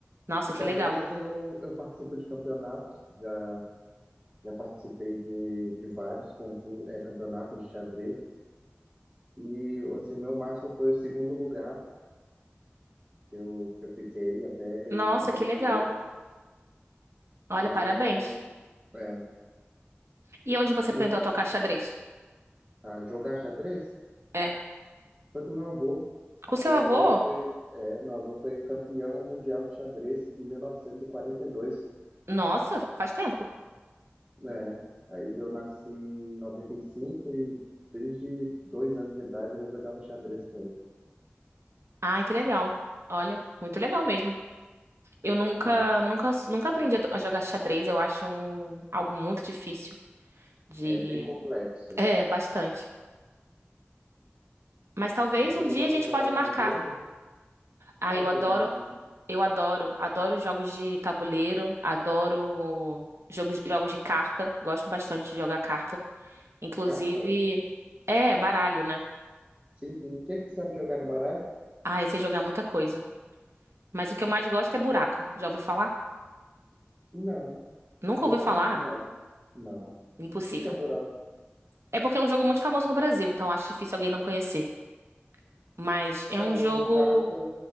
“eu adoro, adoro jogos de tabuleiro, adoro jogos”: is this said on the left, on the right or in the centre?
Right